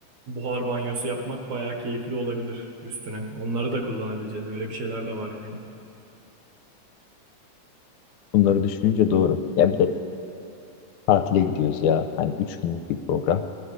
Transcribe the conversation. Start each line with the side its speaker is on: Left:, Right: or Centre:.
Right: buhar banyosu yapmak bayağı keyifli olabilir üstüne. Onları da kullanabileceğiz. Öyle bir şeyler de var yani.
Left: Bunları düşününce doğru. Ya bir de tatile gidiyoruz ya. Hani üç günlük bir program.